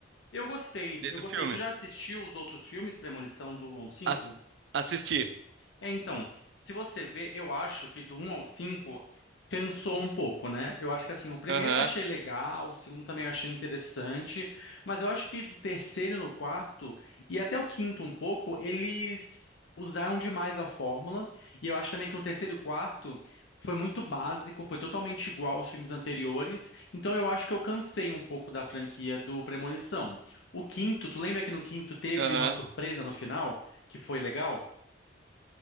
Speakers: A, on the left; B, on the right.
A: Eu gostei,
B: de-
A: eu
B: do
A: gostei.
B: filme?
A: Tu já assistiu os outros filmes, Premonição do 1 ao 5?
B: As, assisti.
A: É, então, se você vê, eu acho que do um ao 5 cansou um pouco, né? Eu acho que assim, o primeiro
B: Aham,
A: eu achei legal, o segundo também eu achei interessante, mas eu acho que do terceiro no quarto e até o quinto um pouco, eles usaram demais a fórmula, e eu acho também que no terceiro e quarto foi muito básico, foi totalmente igual aos filmes anteriores, então eu acho que eu cansei um pouco da franquia do Premonição. O quinto, tu lembra que no quinto teve
B: aham.
A: uma surpresa no final que foi legal?